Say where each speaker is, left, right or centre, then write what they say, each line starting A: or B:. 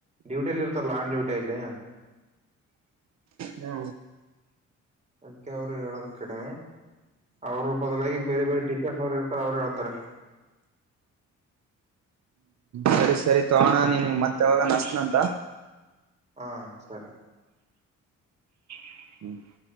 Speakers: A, on the right (about 25°); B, on the right (about 65°).
A: ಡ್ಯೂಟಿಯಲ್ಲಿ ಇರ್ತಲ್ಲ ಆನ್ ಡ್ಯೂಟಿಯಲ್ಲಿ
B: ಹಾ
A: ಅದಕ್ಕೆ ಅವ್ರು ಹೇಳದ ಕನೇ ಅವ್ರು ಬದಲಾಗಿ ಬೇರೆ ಬೇರೆ ಟೀಚರ್ಸ್ ಅವ್ರು ಇರ್ತಾರೆ ಅವ್ರು ಹೇಳ್ತಾರೆ
B: ಹುಂ ಸರಿ ತಗೋ ಅಣ್ಣಾ ನೀನಗ ಮತ್ತೆ ಯಾವಾಗರೆ ಹಸ್ತನ್ ಅಂತಾ.
A: ಹಾ ಸರಿ
B: <unintelligible>